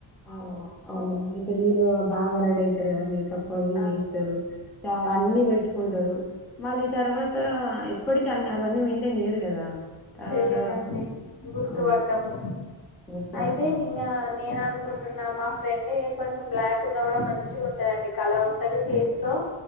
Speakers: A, in the centre; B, on the left (about 45°).
A: అవు అవును నమ్ అయితేలిలు బాగారెడి అయితారు అ అవి
B: ఆ
A: చేస్తారు చాలా అన్ని పెట్టుకుంటారు. మళ్ళీ ఈ తర్వాత
B: ఆ
A: ఎప్పటిక అన్ని అవన్నీ మ నేరు కదా తర్వాత
B: చెయ్యాలండి గుర్తుపట్టము
A: అవును గుర్తు
B: అయితే
A: పట్టము
B: ఇంక నేనను కుంటున్న మా ఫ్రెండ్ కొంచెం బ్లాక్ ఉన్నా కూడా మంచిగా ఉంటదండి కల ఉంటది ఫేస్ లో.